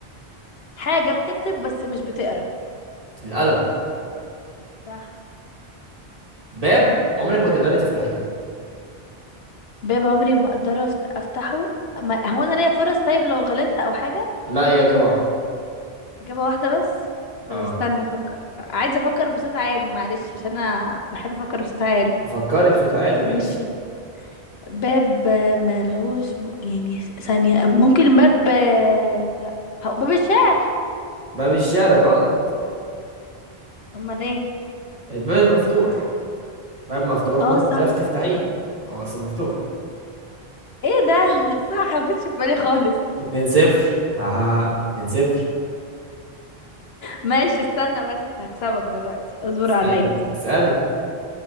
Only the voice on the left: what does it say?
حاجة بتكتب بس مش بتقرا
صح
باب عمري ما اقدر أفت- افتحه ما هو انا ليا فرص طيب لو غلطت او حاجة
اجابة واحدة بس
طب استنى افكر عايزة افكر بصوت عالي معلش عشان انا بحب افكر بصوت عالي
ماشي
باب آه، ملهوش م... يعني ثانية ممكن باب آه، لا هو- باب الشعر
امال ايه
اه
صح
ايه ده <laughs> صح ما جتش في بالي خالص
ماشي استنى بس هكسبك دلوقتي اصبر
عليا